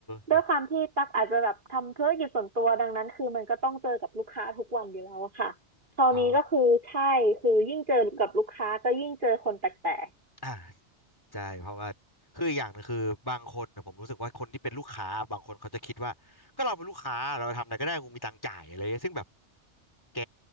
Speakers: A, on the left; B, on the right.
A: แบบ
B: ด้วยความที่ตักอาจจะแบบทำธุรกิจส่วนตัวดังนั้นคือมันก็ต้องเจอกับลูกค้าทุกวันอยู่แล้วอะค่ะคราวนี้ก็คือใช่คือยิ่งเจอกับลูกค้าก็ยิ่งเจอคนแปลก
A: อ๋ออ่า ใช่เพราะว่าคืออกอย่างหนึงคือบางคนนะผมรู้สึกว่าคนที่เป็นลูกค้าบางคนเขาจะคิดว่าก็เราเป็นลูกค้าเราทำอะไรก็ได้กูมีตังค์จ่ายอะไรเงี้ยซึ่งแบบแก